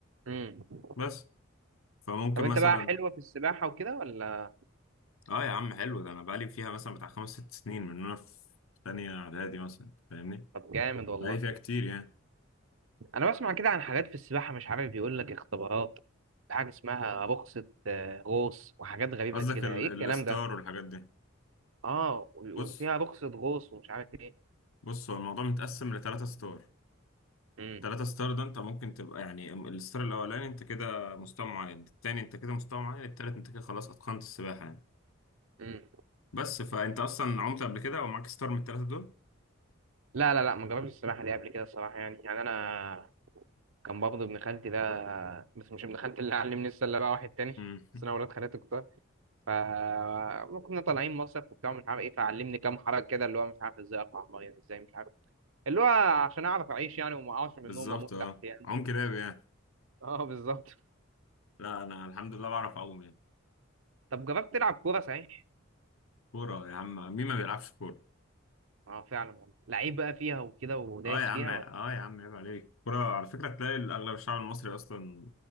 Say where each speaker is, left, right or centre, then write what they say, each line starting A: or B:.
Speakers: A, on the right; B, on the left.
A: امم
B: بس فممكن
A: طب انت
B: مثلا
A: بقى حلوة في السباحة وكده ولا
B: اه يا عم حلو ده انا بقالي فيها مثلا بتاع خمس ست سنين من وانا في تانية اعدادي مثلا أنت فاهمني
A: طب جامد والله
B: بقالي فيها كتير يعني
A: انا بسمع كده عن حاجات في السباحة مش عارف بيقول لك اختبارات حاجة اسمها رخصة آه، غوص وحاجات غريبة
B: قصدك
A: كده
B: ال-
A: ايه الكلام
B: الستار
A: ده
B: والحاجات دي
A: اه وفيها
B: بص
A: رخصة غوص ومش عارف ايه
B: بص هو الموضوع متقسم لثلاثة ستار
A: امم
B: ثلاثة ستار ده انت ممكن تبقى يعني ام- الستار الاولاني انت كده مستوى معين التاني انت كده مستوى معين التالت انت كده خلاص اتقنت السباحة يعني
A: امم
B: بس فانت اصلا عمت قبل كده او معاك ستار من الثلاثة دول
A: لا لا لا ما جربتش السباحة دي قبل كده الصراحة يعني يعني انا كان برضه ابن خالتي ده بس مش ابن خالتي اللي علمني السله بقى واحد تاني
B: مم.
A: <laughs>
B: <laughs>
A: بس انا ولاد خالتي كتار ف ما كنا طالعين مصيف وبتاع مش عارف ايه فعلمني كام حركه كده اللي هو مش عارف ازاي اقع الميه ازاي مش عارف اللي هو عشان اعرف اعيش يعني وما اقعش من
B: بالظبط
A: النوم واموت
B: اه
A: تحت يعني
B: عم كلاب يعني
A: <laughs> اه بالظبط
B: لا انا الحمد لله بعرف اعوم يعني
A: طب جربت تلعب كوره صحيح؟
B: كورة يا عم مين ما بيلعبش كورة
A: اه فعلا والله لعيب بقى فيها وكده ودايس
B: اه يا عم
A: فيها
B: اه
A: ولا
B: يا عم عيب عليك كورة على فكرة تلاقي اغلب الشعب المصري اصلا